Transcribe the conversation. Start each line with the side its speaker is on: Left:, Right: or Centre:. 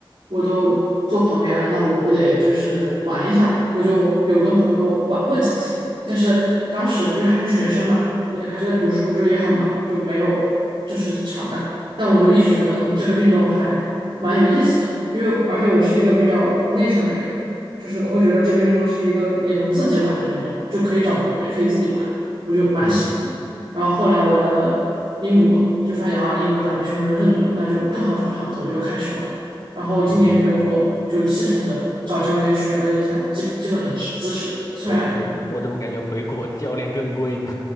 Right: 我都坐旁边了，那我不得就是玩一下嘛？我就有跟朋友玩过几次，但是当时因为还是学生嘛，也还是在读书，就也很忙，就没有就是常打。但我就一直觉得，嗯，这个运动还蛮有意思的，因为而且我是一个比较内向的人。就是我会觉得这个运动是一个也能自己玩的运动，就可以找朋友，也可以自己玩，我就蛮喜欢的。
Left: 嗯
Right: 然后后来我来了英国，就发现啊，英国打壁球的人更多，那就更好找场子，我就开始玩。然后今年回国就系统的找教练学了一下基基本的知姿势，
Left: 嗯，
Right: 虽然
Left: 回回，我怎么感觉回国 <laughs> 教练更贵呢？